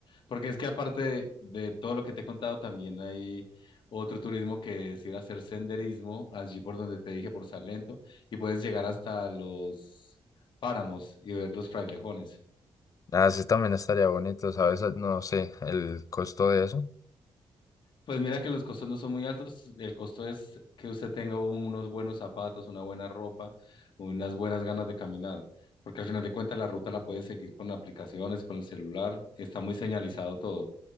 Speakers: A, on the left (about 55°); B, on the left (about 40°).
A: Porque es que aparte de todo lo que te he contado, también hay otro turismo que es ir a hacer senderismo, allí por donde te dije, por Salento, y puedes llegar hasta los páramos y ver los frailejones.
B: Ah, sí, también estaría bonito, ¿sabes? Ah, No sé, el costo de eso.
A: Pues mira que los costos no son muy altos, el costo es que usted tenga unos buenos zapatos, una buena ropa, unas buenas ganas de caminar, porque al final de cuentas la ruta la puedes seguir con aplicaciones, con el celular, está muy señalizado todo.